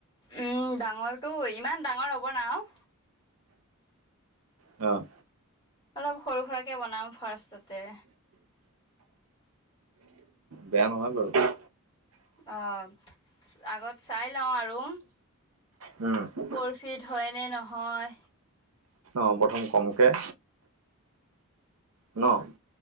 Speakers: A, on the left (about 20°); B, on the right (about 75°).
A: উম ডাঙৰটো ইমান ডাঙৰ নবনাও
B: অ
A: অলপ সৰু সুৰাকে বনাওঁ ফাৰ্ষ্টতে
B: বেয়া নহয় বাৰু।
A: অ' আগত চাই লওঁ আৰু।
B: উম।
A: পৰফিট হয়নে নহয়।
B: অ' প্ৰথম কমকে। ন'?